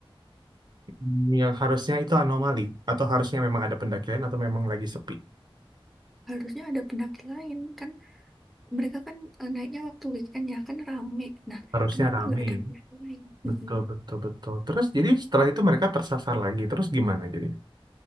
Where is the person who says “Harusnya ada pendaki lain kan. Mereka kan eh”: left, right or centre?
Centre